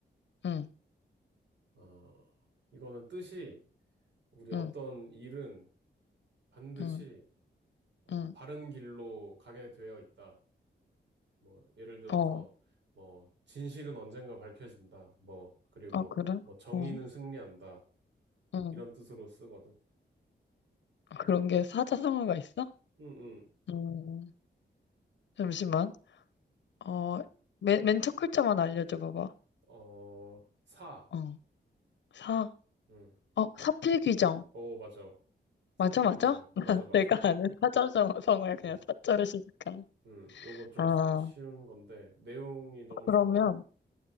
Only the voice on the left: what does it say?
응,
응,
응,
응.
어,
어, 그래?
응,
응.
그런 게 사자성어가 있어?
음, 잠시만. 어, 맨, 맨첫 글자만 알려줘 봐봐.
어, 사,
어, 사필귀정.
맞아, 맞아? <laughs>
내가 아는 사자성어야 그냥
사자로 시작하는.
아,
그러면